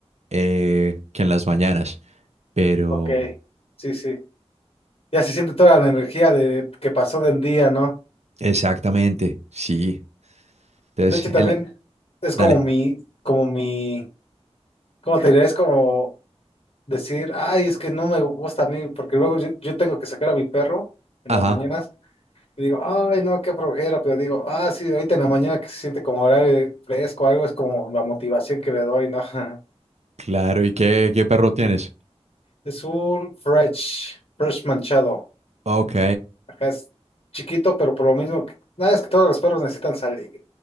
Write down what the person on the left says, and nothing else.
Ok, sí, sí. Ya se siente toda la energía de que pasó del día, ¿no?
De hecho, también
es
como mi, como mi, ¿cómo te diré? Es como decir, ay, es que no me gusta a mí, porque luego yo, yo tengo que sacar a mi perro en
las mañanas Y digo, ay, no, qué flojera, pero digo, ah, sí, ahorita en la mañana que se siente como horario fresco, algo es como la motivación que le doy, ¿no? <laughs>
Es un fresh, fresh manchado.
Acá es chiquito, pero por lo mismo que, nada, es que todos los perros necesitan salir.